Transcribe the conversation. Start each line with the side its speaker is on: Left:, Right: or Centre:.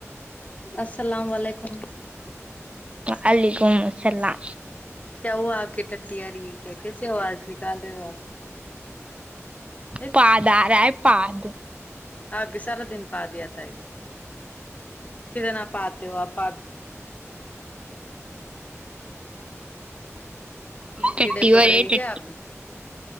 Left: السلام علیکم
Right: وعلیکم السلام
Left: کیا وہ آپ کی ٹٹی آ رہ ہے کیا کیسے ہوواز نکال رہ ہو آپ
Right: پد آ رہا ہے پد
Left: آپ کے سارا دن پاد آتا ہے کتنا آپ پادتے ہو آپ <inaudible>
Right: ٹٹی
Left: کیڑے پڑ
Right: ہو رہی
Left: رہے
Right: ہے
Left: ہیں کیا آپ